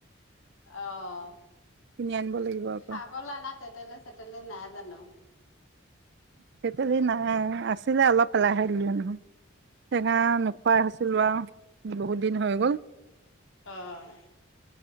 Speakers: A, on the left (about 80°); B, on the right (about 55°).
A: অ',
B: কিনি আনিব লাগিব আকৌ
A: খাবলে আনা তেতেলি চতেলি নাই। জানো।
B: তেতেলি নাই, আছিলে অলপ পেলাই হে দিলো সেইদিনাখন। টেঙা নোখোৱাই হৈছিল আৰু বহুত দিন হৈ গ'ল।
A: অ',